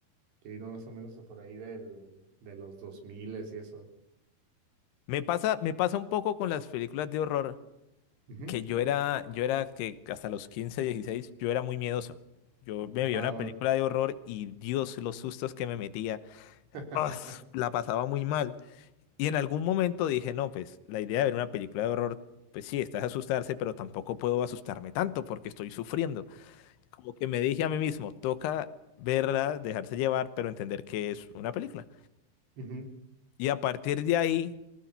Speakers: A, on the right; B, on the left.
A: que vino más o menos por ahí del, de los 2000 y eso.
B: Me pasa, me pasa un poco con las películas de horror.
A: Ujú.
B: que yo era, yo era que hasta los 15, 16, yo era muy miedoso. Yo me veía
A: Ah.
B: una película de horror y Dios, los sustos que me metía,
A: <laughs>
B: ¡ah! la pasaba muy mal. Y en algún momento dije, no, pues la idea de ver una película de horror, pues sí, estás asustarse, pero tampoco puedo asustarme tanto porque estoy sufriendo. Como que me dije a mí mismo, toca verla, dejarse llevar, pero entender que es una película.
A: Ujú,
B: Y a partir de ahí,